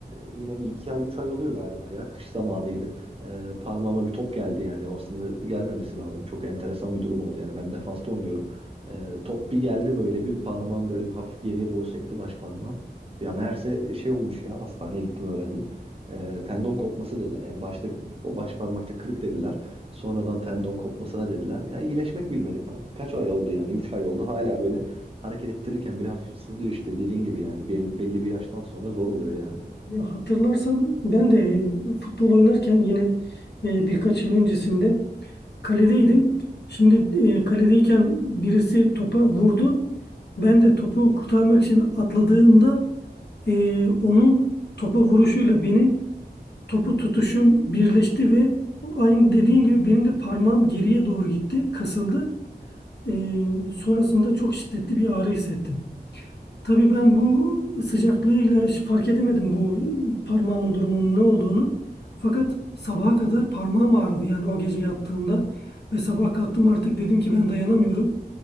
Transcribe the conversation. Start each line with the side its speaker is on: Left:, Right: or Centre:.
Right: e, yine bir iki ay üç ay oluyor galiba ya kış zamanıydı. E, parmağıma bir top geldi yani aslında gelmemesi lazım. Çok enteresan bir durum oldu yani ben defansta oynuyorum. E, top bir geldi böyle bir parmağım böyle bir hafif geriye doğru sekti baş parmağım. Ya meğerse şey olmuş ya hastaneye gittim öğrendim. E, tendon kopması dediler yani başta o baş parmakta kırık dediler. Sonradan tendon kopmasına dediler. Ya iyileşmek bilmedi kanka. Kaç ay oldu yani 3 ay oldu hala böyle hareket ettirirken bile hafif sızlıyor işte dediğin gibi yani belli, belli bir yaştan sonra zor oluyor yani.
Left: Ya hatırlarsan ben de e, futbol oynarken yine e, birkaç yıl öncesinde kaledeydim. Şimdi e, kaledeyken birisi topa vurdu. Ben de topu kurtarmak için atladığımda Ee, onun topa vuruşuyla benim topu tutuşum birleşti ve aynı dediğin gibi benim de parmağım geriye doğru gitti, kasıldı. Ee, sonrasında çok şiddetli bir ağrı hissettim. Tabii ben bu sıcaklığıyla hiç fark edemedim bu parmağımın durumunun ne olduğunu. Fakat sabaha kadar parmağım ağrıdı yani o gece yattığımda ve sabah kalktım artık dedim ki ben dayanamıyorum.